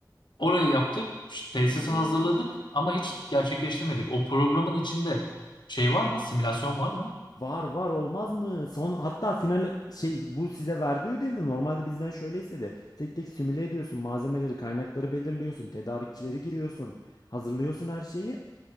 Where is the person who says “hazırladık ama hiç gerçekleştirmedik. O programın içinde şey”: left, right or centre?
Left